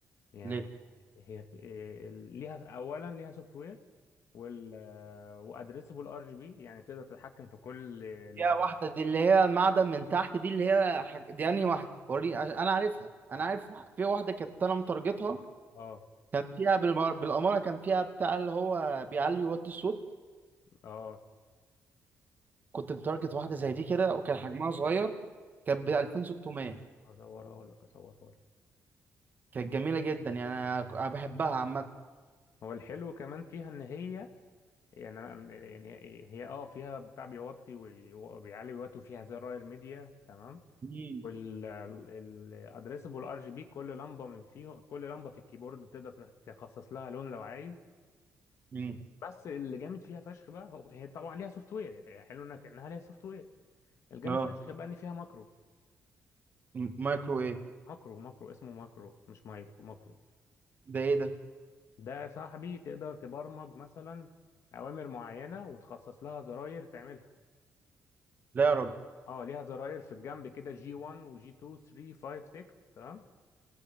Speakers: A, on the left; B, on the right.
A: يعني
B: ليه
A: هي إيه، ليها اولا ليها سوفت وير وال وادريسبل ار جي بي يعني تقدر تتحكم في كل ال-
B: فيها واحدة دي اللي هي معدن من تحت دي اللي هي حاج... دي انهي واحدة وري عش- انا عارفها انا عارف في واحدة كانت انا متارجتها
A: اه
B: كان فيها بالمر... بالأمارة كان فيها بتاع اللي هو بيعلي وات الصوت
A: اه
B: كنت متارجت واحدة زي دي كده وكان حجمها صغير كانت ب 2600
A: اصورها لك اصورها لك
B: كانت جميلة جدا يعني انا ك- أنا بحبها عامة
A: هو الحلو كمان فيها ان هي يعني أنا- يعني هي هي اه فيها بتاع بيوطي وبيعلي ويوطي وفيها زراير ميديا تمام
B: مم.
A: والادريسبل ار جي بي كل لمبه من فيهم كل لمبه في الكيبورد تقدر تخصص لها لون لو عايز
B: مم.
A: بس اللي جامد فيها فشخ بقى هو هي طبعا ليها سوفت وير هي حلو انك انها ليها سوفت وير الجامد
B: اه
A: فشخ بقى ان فيها ماكرو
B: م- مايكرو ايه
A: ماكرو ماكرو اسمه ماكرو مش مايكرو ماكرو
B: ده ايه ده
A: ده يا صاحبي تقدر تبرمج مثلا اوامر معينه وتخصص لها زراير تعملها
B: لا يا راجل
A: اه ليها زراير في الجنب كده جي 1 وجي 2 3 5 6 تمام